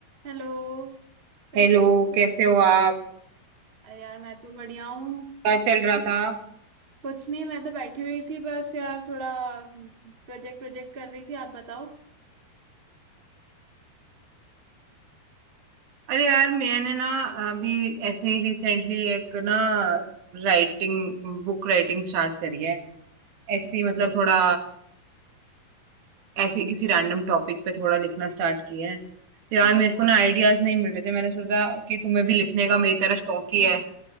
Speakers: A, on the right; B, on the right.
A: हेलो कैसे
B: Hello
A: हो?
B: कैसे हो आप
A: अरे यार मैं तो बढ़िया हूँ
B: क्या चल रहा था
A: कुछ नहीं मैं तो बैठी हुई थी बस यार थोड़ा प्रोजेक्ट प्रोजेक्ट कर रही थी आप बताओ
B: अरे यार मैंने ना अभी ऐसे ही रिसेंटली एक ना राइटिंग बुक राइटिंग स्टार्ट करी है ऐसे ही मतलब थोड़ा ऐसे ही किसी रैंडम टॉपिक पे थोड़ा लिखना स्टार्ट किया है तो यार
A: हाँ
B: मेरे को
A: हाँ
B: ना आइडियाज नहीं मिल रहे थे मैंने सोचा कि तुम्हें भी लिखने का मेरी तरह शौक ही है